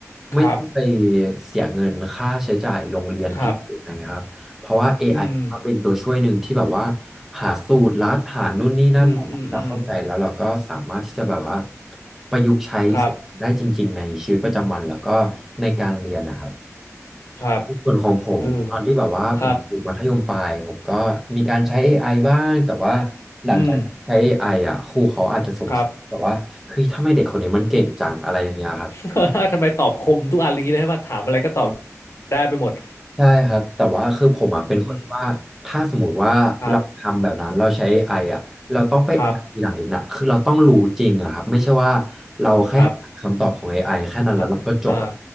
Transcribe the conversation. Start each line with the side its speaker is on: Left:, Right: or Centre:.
Centre: ไม่ต้องไป
Left: ครับ
Centre: เสียเงินค่าใช้จ่ายโรงเรียนพิเศษนะครับ
Left: ครับ
Centre: เพราะว่า AI
Left: อืม
Centre: ก็เป็นตัวช่วยหนึ่งที่แบบว่าหาสูตรลัดหานู่นนี่นั่นมาให้เราเข้าใจแล้วเราก็สามารถที่จะแบบว่า
Left: อืมอืมอืม
Centre: ประยุกต์ใช้สิ่งนั้นได้จริงๆในชีวิตประจำวันแล้วก็
Left: ครับ
Centre: ในการเรียนนะครับ
Left: ครับ
Centre: ในส่วนของผมตอนที่แบบว่าผมอยู่มัธยมปลายผมก็มีการใช้
Left: เออครับ
Centre: AI บ้างแต่ว่าหลังจากใช้
Left: อืม
Centre: AI อไออ่ะครูเขาอาจจะสงสัยแบบว่าเฮ้ยทำไมเด็กคนนี้มันเก่งจังอะไรอย่างเงี้ยครับ
Left: ครับ <laughs> ทำไมตอบคมทุกอันอย่างนี้เลยใช่ป่ะถามอะไรก็ตอบได้ไปหมด
Centre: ใช่ครับแต่ว่าคือผมอ่ะเป็นคนที่ว่าถ้าสมมติว่าเราทำแบบนั้นเราใช้ไออ่ะเราต้องไปอ่านทีหลังอีกนะคือเราต้องรู้จริงอะครับไม่ใช่ว่า
Left: อืมอืมครับครับ
Centre: เราแค่อ่านคำตอบของ
Left: ครับ
Centre: AI แค่นั้นแล้วเราก็จบอะ
Left: อ่าอ่า